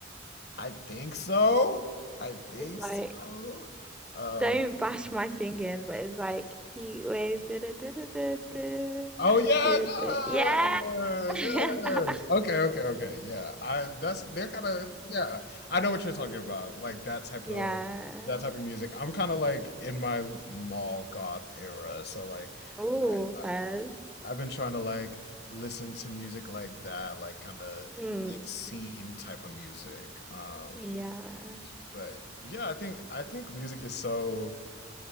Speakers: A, on the left; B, in the centre.
A: I think so. I think
B: It's like
A: so. Um,
B: Don't bash my singing, but it's like heat waves. da- da- da- da- da- da-
A: Oh yeah,
B: da-
A: yeah,
B: da- Yeah. <laughs>
A: yes. Okay, okay, okay. Yeah, I that's they're kind of yeah. I know what you're talking about, like that type
B: Yeah.
A: of that type of music. I'm kind of like in my mall goth era, so like
B: Oh,
A: I, I
B: Fez.
A: I've been trying to like listen to music like that, like kind of
B: Mm.
A: like scene type of music. Um,
B: Yeah.
A: but yeah, I think I think music is so